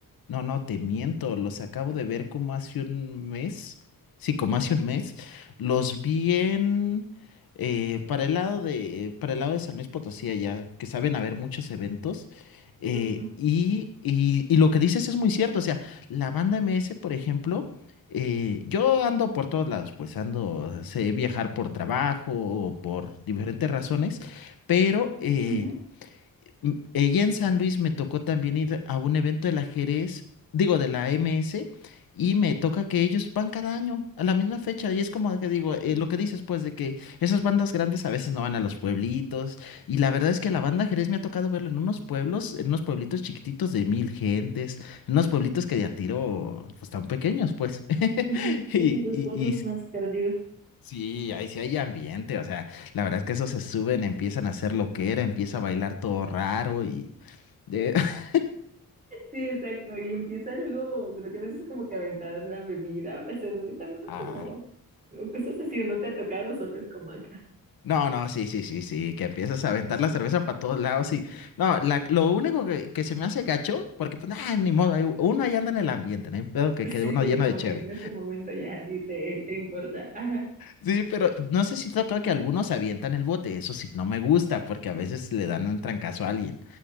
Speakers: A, on the left; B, on the right.
A: No, no, te miento, los acabo de ver como hace un mes. Sí, como hace un mes. Los vi en eh, para el lado de, para el lado de San Luis Potosí, allá, que saben haber muchos eventos. eh,
B: Ujú,
A: y, y, y lo que dices es muy cierto. O sea, la banda M S, por ejemplo. Eh, yo ando por todos lados, pues ando, sé viajar por trabajo o por diferentes razones, pero eh,
B: ujú,
A: Mm, Ella en San Luis me tocó también ir a un evento del ajedrez, digo, de la MS, y me toca que ellos van cada año a la misma fecha. Y es como que digo, eh, lo que dices, pues, de que esas bandas grandes a veces no van a los pueblitos. Y la verdad es que la banda ajedrez me ha tocado verlo en unos pueblos, en unos pueblitos chiquititos de mil gentes, en unos pueblitos que de a tiro, pues, tan pequeños, pues. <laughs>
B: ujú. Sí,
A: Y,
B: sí, los
A: y,
B: pueblos
A: y
B: más perdidos.
A: sí, ahí sí hay ambiente, o sea. La verdad es que esos se suben, empiezan a hacer lo que era, empieza a bailar todo raro y, de... <laughs>
B: Sí, exacto. Y empieza luego, creo que a veces como que aventar la bebida o la cerveza, ¿no?
A: Ah,
B: Como o cosas así, o no te ha tocado, solo es como acá.
A: no, no, sí, sí, sí, sí, que empiezas a aventar
B: <laughs>
A: la cerveza para todos lados y no, la, lo único que, que se me hace gacho, porque pues ah, ni modo, ahí- uno ahí anda en el ambiente, no hay pedo que
B: Sí,
A: quede uno
B: sí,
A: lleno
B: como
A: de cheve.
B: que en ese momento ya ni te, te importa. Ajá.
A: Sí, pero no sé si toca que algunos avientan el bote, eso sí, no me gusta porque a veces le dan un trancazo a alguien,